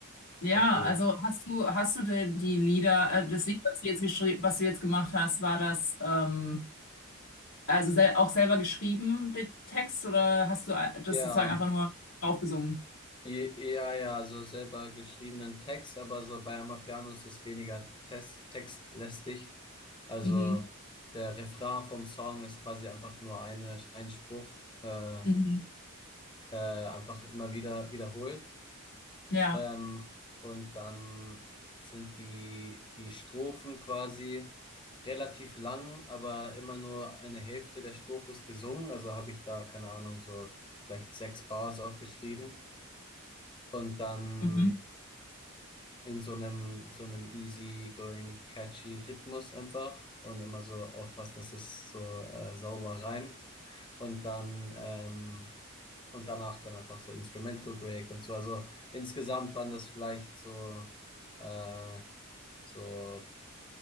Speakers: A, on the left; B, on the left.
A: Ja,
B: sehr cool.
A: also hast du, hast du denn die Lieder, äh, das Lied, was du jetzt geschrieben, was du jetzt gemacht hast, war das ähm, also sel auch selber geschrieben, der Text, oder hast du äh, das
B: Ja.
A: sozusagen einfach nur draufgesungen?
B: E- Ja, ja, so selber geschriebenen Text, aber so bei Amapiano ist es weniger test textlästig. Also
A: Mhm.
B: der Refrain vom Song ist quasi einfach nur eine, ein Spruch, äh,
A: Mhm.
B: äh, einfach immer wieder wiederholt.
A: Ja.
B: Ähm, und dann sind die, die Strophen quasi relativ lang, aber immer nur eine Hälfte der Strophe ist gesungen. Also habe ich da, keine Ahnung, so vielleicht sechs Bars aufgeschrieben. Und dann
A: Mhm.
B: in so einem, so einem easy-going, catchy Rhythmus einfach und immer so aufpassen, dass es so äh, sauber reimt und dann ähm, und danach dann einfach so Instrumental Break und so. Also insgesamt waren das vielleicht so äh, so,